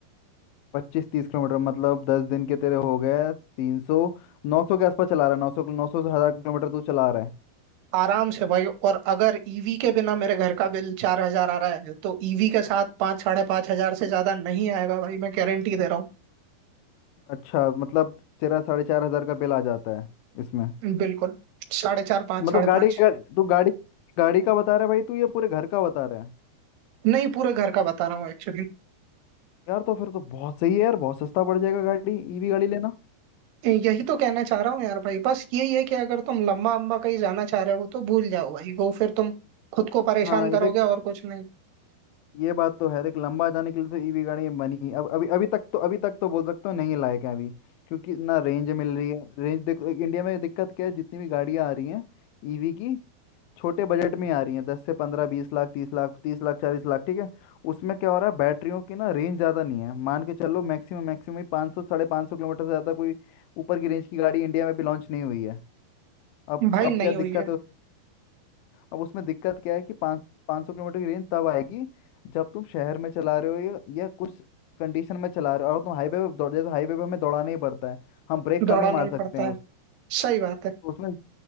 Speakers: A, on the left; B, on the right.
A: पच्चीस तीस किलोमीटर मतलब दस दिन के तेरे हो गए तीन सौ नौ सौ के आसपास चला रहा है नौ सौ नौ सौ से हजार किलोमीटर तू चला रहा है
B: आराम से भाई और अगर ईवी के बिना मेरे घर का बिल चार हजार आ रहा है तो ईवी के साथ पाँच साढ़े पाँच हजार से ज्यादा नहीं आएगा भाई मैं गारंटी दे रहा
A: अच्छा मतलब तेरा साढ़े चार हजार का बिल आ जाता है इसमें
B: हूँ बिल्कुल साढ़े चार पाँच
A: मतलब
B: साढ़े
A: गाड़ी
B: पाँच
A: गाड़ी तू गाड़ी गाड़ी का बता रहा है भाई तू ये पूरे घर का बता रहा है
B: नहीं पूरे घर का बता रहा हूँ एक्चुअली
A: यार तो फिर तो बहुत सही है यार बहुत सस्ता पड़ जाएगा गाड़ी ईवी गाड़ी लेना
B: यही तो कहना चाह रहा हूँ यार भाई बस यही है कि अगर तुम लंबा अम्बा कहीं जाना चाह रहे हो तो भूल जाओ भाई वो फिर तुम खुद को परेशान
A: हाँ ये
B: करोगे
A: देख
B: और कुछ नहीं
A: ये बात तो है देख लंबा जाने के लिए तो ईवी गाड़ियाँ बनी ही- अब अभी अभी तक तो अभी तक तो बोल सकते हो नहीं लायक है अभी क्योंकि ना रेंज मिल रही है रेंज देखो एक इंडिया में दिक्कत क्या है जितनी भी गाड़ियाँ आ रही हैं ईवी की छोटे बजट में ही आ रही हैं दस से पंद्रह बीस लाख तीस लाख तीस लाख चालीस लाख ठीक है उसमें क्या हो रहा है बैटरियों की ना रेंज ज़्यादा नहीं है मान के चलो मैक्सिमम मैक्सिमम ही पाँच सौ साढ़े पाँच सौ किलोमीटर से ज़्यादा कोई ऊपर की रेंज की गाड़ी इंडिया में भी लॉन्च नहीं हुई है अब
B: भाई
A: अब
B: नहीं
A: क्या
B: हुई
A: दिक्कत
B: है
A: है अब उसमें दिक्कत क्या है कि पाँच पाँच सौ किलोमीटर की रेंज तब आएगी जब तुम शहर में चला रहे हो या, या कुछ कंडीशन में चला रहे हो और तुम हाईवे पे दौड़ जैसे हाईवे पे हमें दौड़ाना ही पड़ता है हम ब्रेक
B: दौड़ा
A: कम ही
B: नहीं
A: मार सकते
B: पड़ता
A: हैं
B: है
A: उस
B: सही बात है
A: तो उसमें